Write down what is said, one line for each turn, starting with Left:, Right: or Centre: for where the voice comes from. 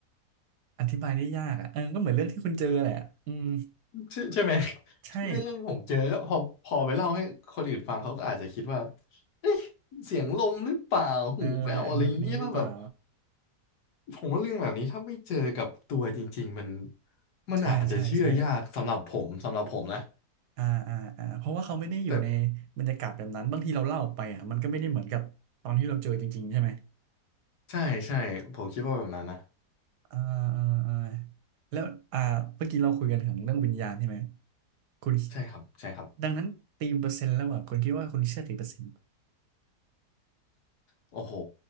Right: อธิบายได้ยากอ่ะเออก็เหมือนเรื่องที่คุณเจอแหละอืม
Left: ใช่ใช่ไหม
Right: ใช่
Left: เรื่องเรื่องที่ผมเจอก็พอพอไปเล่าให้คนอื่นฟังเขาก็อาจจะคิดว่าเอ๊ะเสียงลมหรือเปล่าหูแว่วอะไรอย่างเงี้ยป่ะแบบ
Right: เออเป็นอนนูนนี้หรือเปล่า
Left: ผมว่าเรื่องแบบนี้ถ้าไม่เจอกับตัวจริงๆมันมันอาจจะเชื่อยากสำหรับผมสำหรับผมนะ
Right: ใช่ใช่ใช่อ่าอ่าอ่าเพราะว่าเขาไม่ได้อยู่ใน
Left: แต่
Right: บรรยากาศแบบนั้นบางทีเราเล่าออกไปอ่ะมันก็ไม่ได้เหมือนกับตอนที่เราเจอจริงๆใช่ไหม
Left: ใช่ใช่ผมคิดว่าแบบนั้นนะ
Right: อ่าอ่าอ่าแล้วอ่าเมื่อกี้เราคุยกันถึงเรื่องวิญญาณใช่ไหมคุณ
Left: ใช่ครับใช่ครับ
Right: ดังนั้นตีมเปอร์เซ็นต์แล้วอ่ะคุณคิดว่าคุณเชื่อกี่เปอร์เซ็นต์
Left: โอ้โห